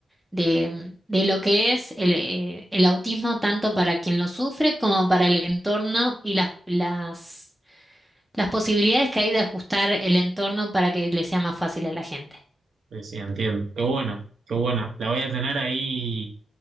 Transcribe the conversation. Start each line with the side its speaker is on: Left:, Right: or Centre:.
Centre: de, de lo que es el, eh, el autismo, tanto para quien lo sufre como para el entorno y las, las, las posibilidades que hay de ajustar el entorno para que le sea más fácil a la gente.
Right: Sí, sí, entiendo. Qué bueno, qué bueno. La voy a tener ahí